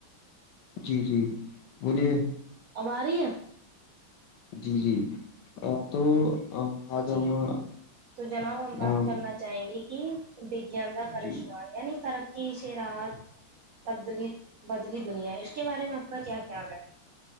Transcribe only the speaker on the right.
اب آ رہی ہے
جی
تو جناب ہم بات
کرنا جائیں گی کہ وگان کا کرشما
یعنی ترقی پیچھے رات تبدلی بدلی دنیا ہے اس کے بارے میں آپ کا کیا خیال ہے